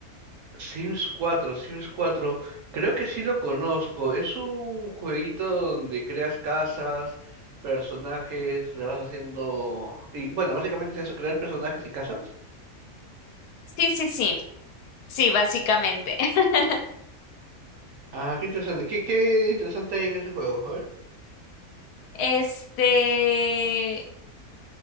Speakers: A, on the right; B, on the left.
A: Sims cuatro, Sims cuatro. creo que sí lo conozco. Es un jueguito donde creas casas, personajes, le vas haciendo... Y bueno, básicamente es eso, crear personajes y casas.
B: Sí, sí, sí, sí, básicamente. <laughs>
A: Ah, qué interesante. ¿Qué, qué interesante hay en ese juego? A ver.
B: Este,